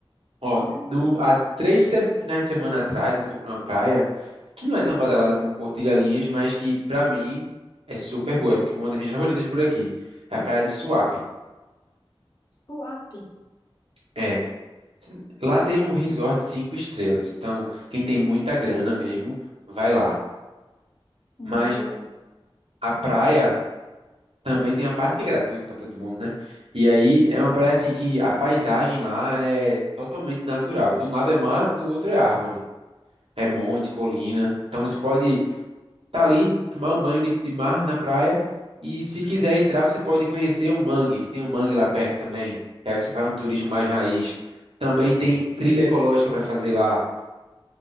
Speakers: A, on the right (about 80°); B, on the left (about 45°).
A: Ó,
B: Uhum.
A: no, há três se- finais de semana atrás eu fui para uma praia que não é tão badalada como Porto de Galinhas, mas que pra mim é super boa. É tipo, uma das minhas favoritas por aqui. É a praia de Suape.
B: Suape.
A: É. Lá tem um resort cinco estrelas. Então, quem tem muita grana mesmo, vai lá.
B: Hum,
A: Mas
B: Eu
A: a praia Também tem a parte que é gratuita para todo mundo, né? E aí é uma praia assim que a paisagem lá é totalmente natural. De um lado é mar, do outro é árvore. É monte, colina. Então você pode estar ali, tomar um banho de, de mar na praia. E se quiser entrar, você pode conhecer o mangue, que tem um mangue lá perto também. E aí você faz um turismo mais raiz. Também tem trilha ecológica para fazer lá.